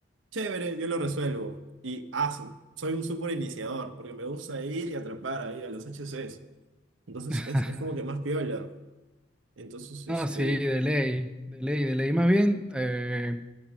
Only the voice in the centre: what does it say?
<laughs>
No,
sí, de ley, de ley, de ley. Más bien, eh,